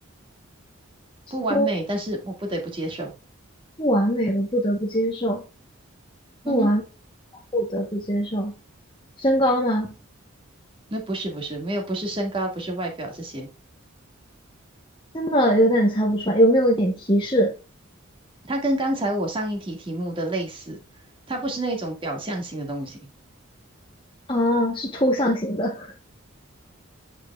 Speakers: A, on the right; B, on the left.
A: 不完美，
B: 说
A: 但是我不得不接受。
B: 不完美，我不得不接受；不完，
A: 嗯哼，
B: 不得不接受。身高吗？
A: 那不是不是，没有不是身高，不是外表这些，
B: 真的有点猜不出来，有没有一点提示？
A: 它跟刚才我上一题题目的类似，它不是那种表象型的东西。
B: 啊，是抽象型的。